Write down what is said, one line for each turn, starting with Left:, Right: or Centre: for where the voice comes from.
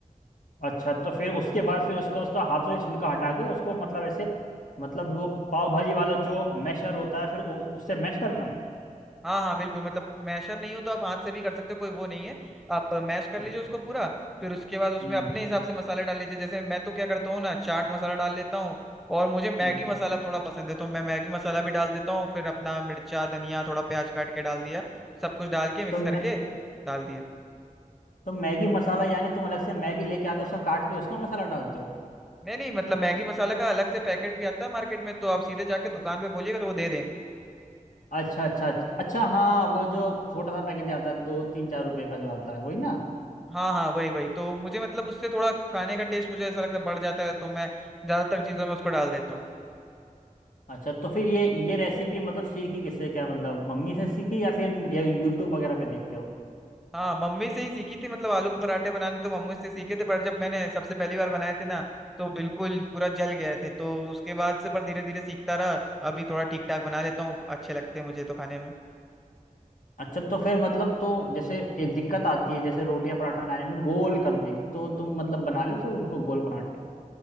Left: अच्छा तो फिर उसके बाद फिर उसका उसका हाथों से छिलका हटा के उसको मतलब ऐसे मतलब वो पाव भाजी वाला जो मैशर होता है फिर उ- उ- उससे मैश करना है
Centre: हाँ हाँ बिल्कुल मतलब मैशर नहीं हो तो आप हाथ से भी कर सकते हो कोई वो नहीं है आप मैश कर
Left: अच्छा
Centre: लीजिए उसको पूरा फिर उसके बाद उसमें
Left: हम्म
Centre: अपने हिसाब से मसाले डाल लीजिए जैसे मैं तो क्या करता हूँ ना चाट मसाला डाल लेता हूँ और मुझे मैगी
Left: हम्म।
Centre: मसाला थोड़ा पसंद है तो मैं मैगी मसाला भी डाल देता हूँ फिर अपना मिर्चा धनिया थोड़ा प्याज काट के डाल दिया सब कुछ डाल के मिक्स
Left: तो मैं
Centre: करके डाल दिया
Left: तो मैगी मसाला यानी तुम अलग से मैगी लेके आते हो उसका काट के उसका मसाला डालते हो
Centre: नहीं नहीं मतलब मैगी मसाला का अलग से पैकेट भी आता है मार्केट में तो आप सीधे जाके दुकान पे बोलिएगा तो वो दे देंगे
Left: अच्छा अच्छा अच्छा अच्छा हाँ वो जो छोटा सा पैकेट आता है दो तीन चार रुपए का जो आता है वही ना
Centre: हाँ हाँ वही वही तो मुझे मतलब उससे थोड़ा खाने का टेस्ट मुझे ऐसा लगता है बढ़ जाता है तो मैं ज्यादातर चीजों में उसको डाल देता हूँ
Left: अच्छा तो फिर ये ये रेसिपी मतलब सीखी किससे क्या मतलब मम्मी से सीखी या फिर या यूट्यूब वगैरह पे देखते हो
Centre: हाँ मम्मी से ही सीखी थी मतलब आलू के पराठे बनाने तो मम्मी से सीखे थे पर जब मैंने सबसे पहली बार बनाए थे ना तो बिल्कुल पूरा जल गए थे तो उसके बाद से पर धीरे धीरे सीखता रहा अभी थोड़ा ठीक ठाक बना लेता हूँ अच्छे लगते हैं मुझे तो खाने में
Left: अच्छा तो फिर मतलब तो जैसे एक दिक्कत आती है जैसे रोटी या पराठा बनाने में गोल करने की तो तुम मतलब बना लेते हो उनको गोल पराठे